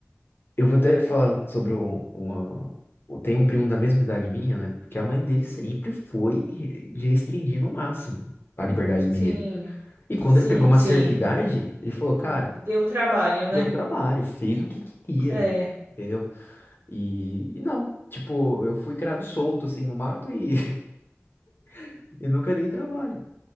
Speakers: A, on the left (about 50°); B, on the right (about 70°).
A: eu vou até falar sobre um, uma. Tem um primo da mesma idade minha, né? Que a mãe dele sempre foi re- de restringir no máximo a liberdade do
B: Sim,
A: menino. E quando
B: sim,
A: ele pegou uma
B: sim.
A: certa idade, ele falou, cara,
B: Deu trabalho,
A: deu
B: né?
A: trabalho, fez o que queria,
B: É.
A: entendeu? E, e não, tipo, eu fui criado solto assim no mato e, <laughs> e nunca dei trabalho.